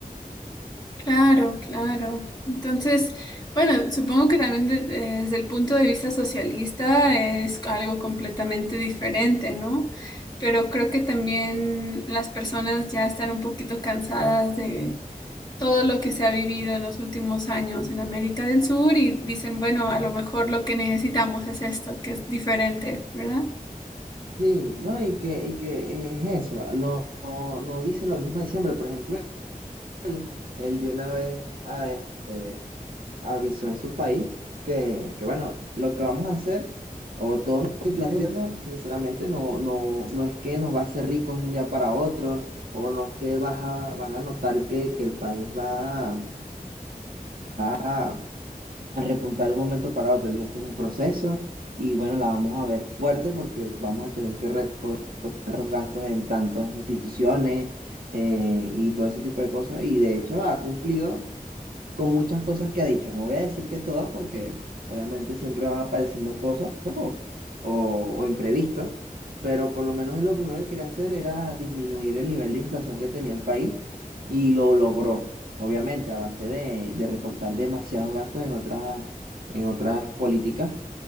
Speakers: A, on the left; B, on the right.
A: Claro, claro. Entonces, bueno, supongo que también de- eh, desde el punto de vista socialista es algo completamente diferente, ¿no? Pero creo que también las personas ya están un poquito cansadas de todo lo que se ha vivido en los últimos años en América del Sur y dicen, bueno, a lo mejor lo que necesitamos es esto, que es diferente, ¿verdad?
B: Sí, ¿no? Y que, y que es eso, no, no, no dice lo mismo de siempre, por ejemplo. él, él de una vez a este, avisó en su país que, que, bueno, lo que vamos a hacer, o todo mi plan de gobierno, sinceramente, no, no, no es que nos va a hacer ricos de un día para otro, o no es que vas a- van a notar que, que el país va a, a- a repuntar de un momento para otro. Le digo, Esto es un proceso y, bueno, la vamos a ver fuerte porque vamos a tener que recortar los gastos en tantas instituciones eh, y todo ese tipo de cosas. Y de hecho ha cumplido con muchas cosas que ha dicho. No voy a decir que todas porque obviamente siempre van apareciendo cosas o, o, o imprevistos, pero por lo menos él lo primero que quería hacer era disminuir el nivel de inflación que tenía el país y lo logró, obviamente a base de, de recortar demasiados gastos en otras, en otras políticas,